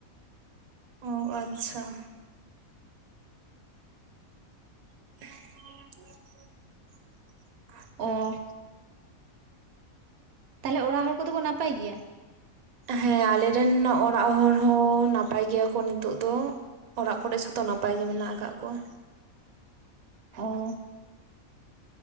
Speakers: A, on the right; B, on the right.
A: ᱚ ᱟᱪᱪᱷᱟ ᱾ <inaudible>
B: ᱚᱻ ᱛᱟᱦᱚᱞᱮ ᱚᱲᱟᱜ ᱦᱚᱲ ᱠᱚᱫᱚ ᱠᱚ ᱱᱟᱯᱟᱭ ᱜᱮᱭᱟ?
A: ᱦᱮᱸ ᱟᱞᱮ ᱨᱮᱱ ᱚᱲᱟᱜ ᱦᱚᱲ ᱦᱚᱸ ᱱᱟᱯᱟᱭ ᱜᱮᱭᱟ ᱠᱚ ᱱᱤᱛᱚᱜ ᱫᱚ ᱾ ᱚᱲᱟᱜ ᱠᱚᱨᱮ ᱡᱷᱚᱛᱚ ᱱᱟᱯᱟᱭ ᱜᱮ ᱢᱮᱱᱟᱜ ᱟᱠᱟᱫ ᱠᱚᱣᱟ?
B: ᱠᱚ